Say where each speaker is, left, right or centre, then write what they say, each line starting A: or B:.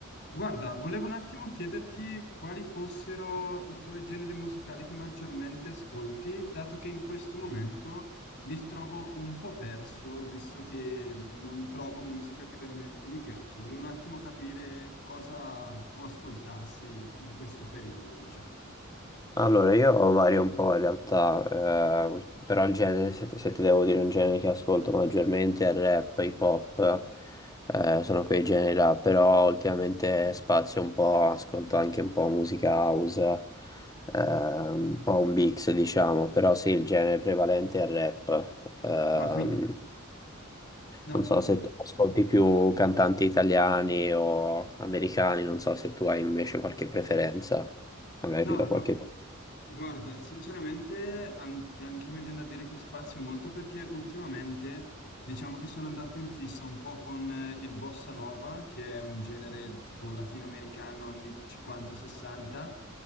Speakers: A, on the left; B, on the left.
A: Guarda, volevo un attimo chiederti quali fossero i tuoi generi musicali che maggiormente ascolti, dato che in questo momento mi trovo un po' perso, visto che non trovo musica che veramente mi piace. Volevo un attimo capire cosa tu ascoltassi in questo periodo, diciamo.
B: Allora, io vario un po' in realtà, eh, però il genere, se, se ti devo dire un genere che ascolto maggiormente è il rap, hip hop, eh, sono quei generi là, però ultimamente spazio un po', ascolto anche un po' musica house, eh, un po' un mix diciamo, però sì, il genere prevalente è il rap. Ehm,
A: Ma qui... No,
B: non so
A: vo-
B: se tu ascolti più cantanti italiani o americani, non so se tu hai invece qualche preferenza, magari
A: no,
B: ti do qualche...
A: gua-
B: consiglio.
A: Guarda, sinceramente an- anche a me viene da dire che spazio molto perché ultimamente diciamo che sono andato in fissa un po' con eh, il bossa nova, che è un genere tipo latinoamericano anni 50-60,